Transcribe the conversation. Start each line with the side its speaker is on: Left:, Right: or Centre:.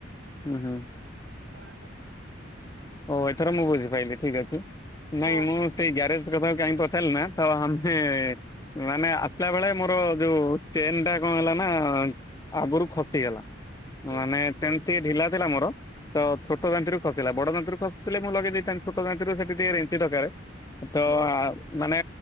Left: ହୁଁ ହୁଁ।
Right: <inaudible>
Left: ଓ ଏଥର ମୁଁ ବୁଝିପାରଲିି ଠିକ ଅଛି। ନାଇଁ
Right: ହଁ
Left: ମୁଁ ସେଇ ଗ୍ୟାରେଜ ସେ କଥା କାହିଁ ପଚାରିଲିନା ତ ଆମ୍ଭେ-ଏ-ଏ ମାନେ ଆସିଲା ବେଳେ ମୋର ଯୋଉ ଚେନ ଟା କଣ ହେଲା ନା-ଆ-ଆ-ଆ ଆଗରୁ ଖସିଗଲା।
Right: ହୁଁ
Left: ମାନେ ଚେନଟି ଢିଲା ଥିଲା ମୋର ତ ଛୋଟ ଦାନ୍ତିରୁ ଖସିଲା ବଡ ଦାନ୍ତରୁ ଖସିଥିଲେ ମୁଁ ଲଗେଇ ଦେଇଥାନ୍ତି ଛୋଟ ଦାନ୍ତିରୁ ସେଠି ଟିକେ ରେଞ୍ଚି ଦରକାରେ ତ-ଅ-ଅ-ଅ
Right: ହୁଁ
Left: ମାନେ